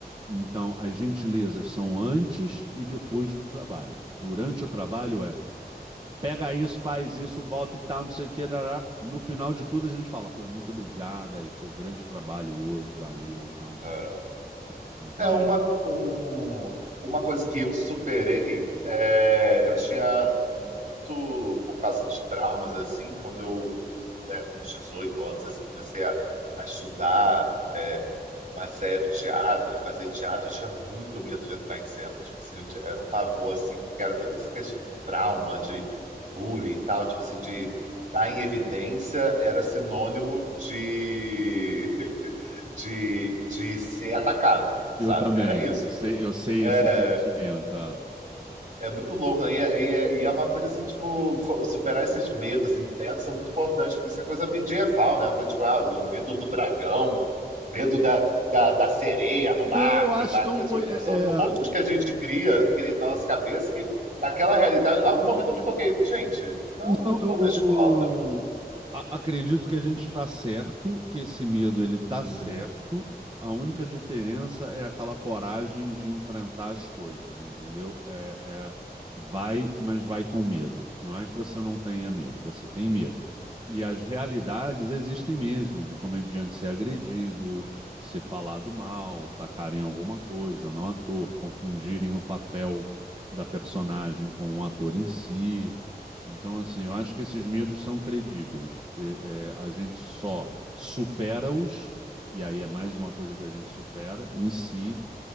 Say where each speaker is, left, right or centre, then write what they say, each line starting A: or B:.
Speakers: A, on the right; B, on the right.
A: então, as gentilezas são antes e depois do trabalho. Durante o trabalho é pega isso, faz isso, volta e tal, não sei o que. dará. No final de tudo, a gente fala, pô, muito obrigado aí, pô, grande trabalho hoje, valeu e tal, não sei
B: é.
A: o que. Então
B: É uma,
A: é.
B: um- uma coisa que eu superei, é, eu tinha muito, por causa de traumas, assim, quando eu, né, com uns 18 anos, assim, comecei a, a estudar é, mais sério teatro e fazer teatro, eu tinha muito medo de entrar em cena, tipo assim, eu tinha- era um pavor, assim, porque era toda essa questão do trauma, de bullying e tal, tipo assim, de estar em evidência era sinônimo de de, de ser atacado, sabe?
A: Eu também,
B: Era isso.
A: eu sei, eu sei
B: É,
A: esse sentimento. ah.
B: é muito louco, né? E, é- e, é- e é uma coisa assim, tipo, fo- superar esses medos internos são muito importantes, porque isso é coisa medieval, né? Uma Coisa, tipo, ah, o medo do dragão, medo da, da, da sereia no
A: Não,
B: mar,
A: eu acho
B: que vai.
A: que é um. co- é-
B: São músicas
A: é-
B: que a gente cria, cria na nossa cabeça, que naquela realidade, em algum momento eu me toquei, gente, não,
A: não,
B: eu não
A: eu,
B: tô na
A: eu-
B: escola.
A: eu- a- acredito que a gente está certo, que esse medo ele está
B: Uhum.
A: certo. A única diferença é aquela coragem de enfrentar as coisas, entendeu? É, é, vai, mas vai com medo. Não é que você não tenha medo, você tem medo. E as realidades existem mesmo, do comediante ser agredido, ser falado mal, tacarem alguma coisa no ator, confundirem o papel da personagem com o ator em si. Então, assim, eu acho que esses medos são credíveis. E, é, a gente só supera-os e aí é mais uma coisa que a gente supera em si